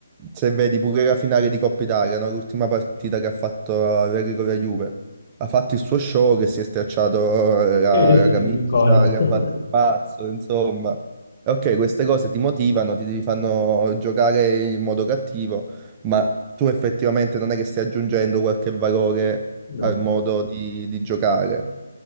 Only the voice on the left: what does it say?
sì,
sì, mi ricordo.
<laughs>
No.